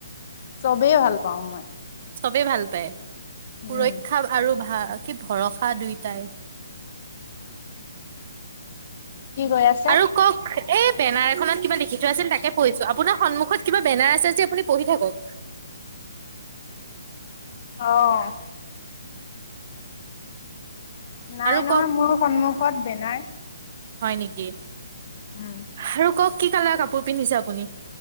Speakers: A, on the left; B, on the right.
A: চবেই ভাল পাওঁ মই।
B: চবেই ভাল পায়।
A: উম।
B: সুৰক্ষা আৰু ভাগ। কি ভৰসা দুইটাই।
A: কি কৈ আছে
B: আৰু কওঁক এই বেনাৰ এখনত কিবা লিখি থোৱা আছিল তাকে পঢ়িছো আপোনাৰ সন্মুখত কিবা বেনাৰ আছে যে, আপুনি পঢ়ি থাকক।
A: অহ', - নাই
B: আৰু
A: নহয়
B: কওক
A: মোৰ সন্মুখ। ক'ত বেনাৰ?
B: হয় নেকি?
A: উম।
B: আৰু কওঁক। কি কালাৰ কাপোৰ পিন্ধিছে আপুনি?